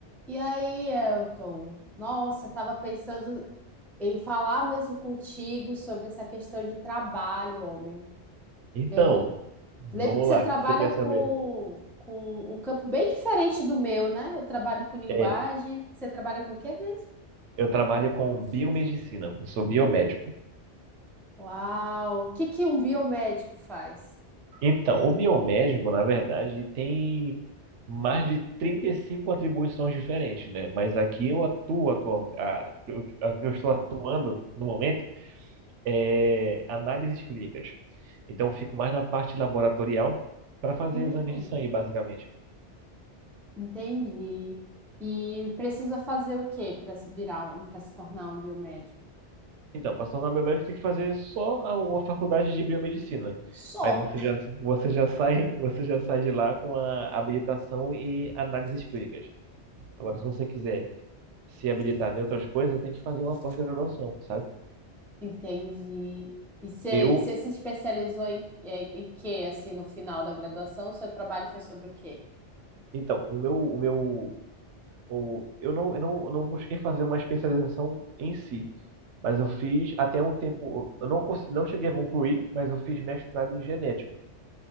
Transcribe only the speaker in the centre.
E aí, Elton? Nossa, eu tava pensando em falar mesmo contigo sobre essa questão de trabalho, homem.
Eu
lembro que você
trabalha
com, com um campo bem diferente do meu, né? Eu trabalho com linguagem.
Você trabalha com o quê mesmo?
Uau! O que que um biomédico faz?
Hum,
entendi. E precisa fazer o quê para virar, para se tornar um biomédico?
Só.
Entendi. E você
você se especializou em, em, em quê, assim, no final da graduação? O seu trabalho foi sobre o quê?